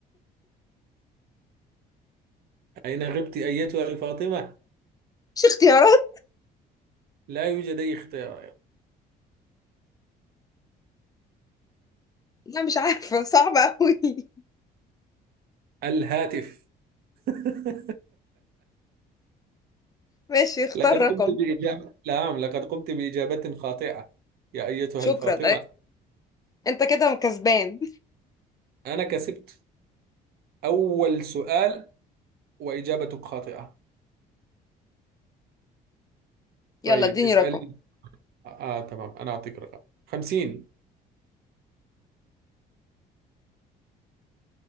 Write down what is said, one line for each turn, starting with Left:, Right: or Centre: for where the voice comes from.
Right: أين غبت أيتها الفاطمة
Left: مش اختيارات
Right: لا يوجد أي اختيار
Left: لا مش عارفة صعبة أوي <laughs>
Right: الهاتف <laughs>
Left: ماشي اختار
Right: لقد قمت
Left: رقم
Right: بإجابة نعم لقد قمت بإجابة خاطئة يا أيتها
Left: شكرا
Right: الفاطمة
Left: انت كده كسبان
Right: أنا كسبت أول سؤال وإجابتك خاطئة
Left: يلا
Right: طيب
Left: اديني
Right: اسألي
Left: رقم
Right: آه آه، تمام أنا أعطيك رقم 50